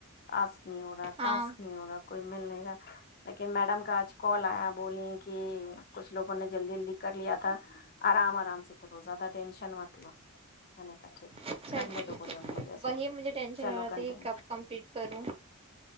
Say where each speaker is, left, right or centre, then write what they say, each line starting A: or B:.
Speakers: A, on the left (about 45°); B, on the right (about 25°).
A: رس نہیں ہو رہا
B: ہاں
A: ٹاس نہیں ہو رہا کوئی مل نہیں ہی رکھ لیکن میڈم کا آج کال آیا ا بولی کہ کچھ لوگوں نے جلدی جلدی کر لیا تھا آرام آرام سے کرو زیادہ ٹینشن مت ہوا میں نے کہا ٹھیک ہے
B: اچھا
A: کرنے
B: ٹھیک
A: دو بولے ان کو جیسا
B: وہی مجھے ٹینشن
A: چلو
B: ہو رہا ت
A: کنٹینیو
B: کہ کب کمپلیٹ کروں